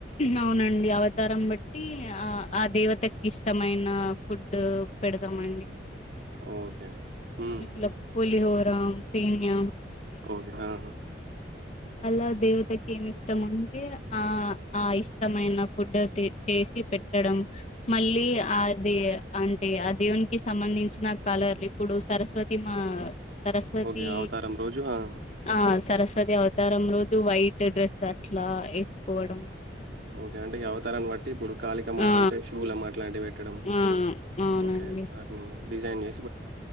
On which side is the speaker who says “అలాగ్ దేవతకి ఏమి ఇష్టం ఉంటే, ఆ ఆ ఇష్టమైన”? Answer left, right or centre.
Left